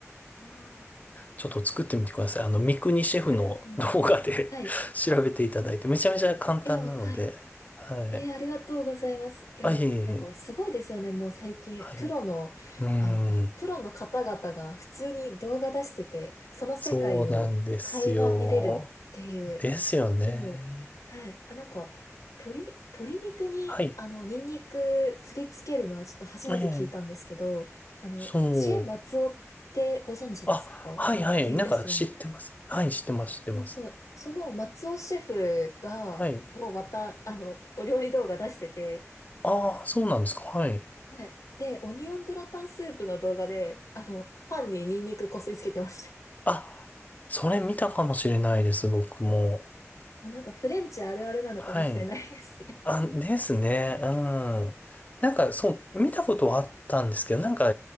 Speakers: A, on the left; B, on the left.
A: ああ、
B: ちょっと作ってみてください。あの、三國シェフの動画で
A: あれ、うん。はい。
B: <laughs> 調べていただいて、めちゃめちゃ簡単なので、
A: いや、はい。
B: はい。
A: えー、ありがとうございます。いや、
B: あ、いえいえ、
A: なんかすごいですよね。もう最近、
B: はい。
A: プロの、
B: うん、
A: あ、プロの方々が普通に動画出してて、その世界を垣間見れるっていう。
B: そうなんですよ。ですよね。
A: あ、でも、はい。あ、なんか、鶏、鶏肉に、
B: はい。
A: あの、ニンニクすりつけるのはちょっと初めて聞いたんですけど、
B: ええ、
A: あの、
B: そう。
A: シェ松尾ってご存知ですかあの、
B: あ、はいはい。
A: っていうレストラン。
B: なんか知ってます。はい、知ってます、知ってます。
A: あそう、その松尾シェフが、
B: はい。
A: もうまた、あの、お料理動画出してて、
B: ああ、そうなんですか。はい。
A: はい。で、オニオングラタンスープの動画で、あの、パンにニンニクこすりつけてました。
B: あ、それ見たかもしれないです、僕も。
A: あ、なんかフレンチあるあるなのかもしれないですね。
B: はい。あ、ですね。うん。なんか、そう、見たことはあったんですけど、なんか、